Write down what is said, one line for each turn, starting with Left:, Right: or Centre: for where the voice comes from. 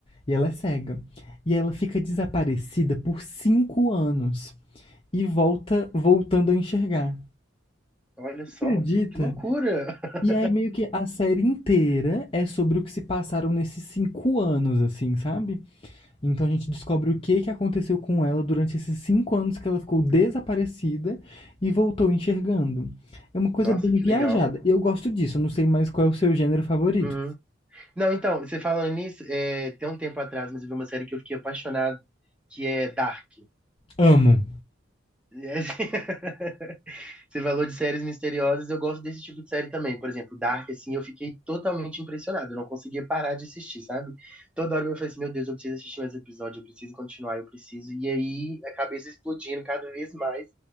Left: E ela é cega. E ela fica desaparecida por cinco anos e volta voltando a enxergar.
Centre: Olha só,
Left: Acredita?
Centre: que loucura! <laughs>
Left: E aí meio que a série inteira é sobre o que se passaram nesses cinco anos, assim, sabe? Então a gente descobre o que, que aconteceu com ela durante esses cinco anos que ela ficou desaparecida e voltou enxergando. É uma coisa
Centre: Nossa,
Left: bem
Centre: que
Left: viajada.
Centre: legal.
Left: Eu gosto disso, eu não sei mais qual é o seu gênero favorito.
Centre: Uhum. Não, então, você falando nisso, é, tem um tempo atrás, mas eu vi uma série que eu fiquei apaixonado, que é Dark.
Left: Amo.
Centre: É assim- <laughs> Você falou de séries misteriosas, eu gosto desse tipo de série também. Por exemplo, Dark, assim, eu fiquei totalmente impressionado. Eu não conseguia parar de assistir, sabe? Toda hora eu falei assim, meu Deus, eu preciso assistir mais episódio, eu preciso continuar, eu preciso. E aí, a cabeça explodindo cada vez mais.